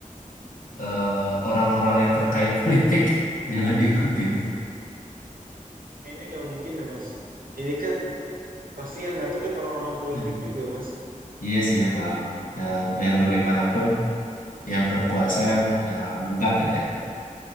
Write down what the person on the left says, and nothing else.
eh, orang-orang yang terkait politik <laughs> jangan diikutin.
Hmm.
Iya sih bang. Ya, biar bagaimanapun yang berkuasa yang eh, megang kan ya.